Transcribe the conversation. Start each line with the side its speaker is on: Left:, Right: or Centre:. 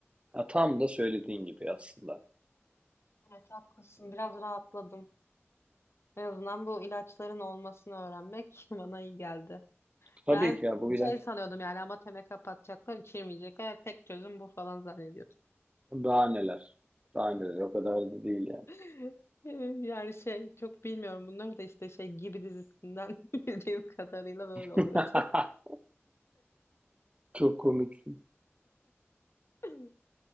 Right: Ya tam da söylediğin gibi aslında.
Left: Evet haklısın. Biraz rahatladım. En azından bu ilaçların olmasını öğrenmek <laughs> bana iyi geldi.
Right: Tabii
Left: Ben
Right: ki ya bu ilaç
Left: şey sanıyordum yani ama teme kapatacaklar, içirmeyecekler. Tek çözüm bu falan zannediyordum.
Right: daha neler. Daha neler o kadar da değil yani.
Left: <laughs> Yani şey çok bilmiyorum bunları da işte şey gibi dizisinden <laughs> bildiğim kadarıyla böyle oluyordu.
Right: <laughs> Çok komik.
Left: <laughs>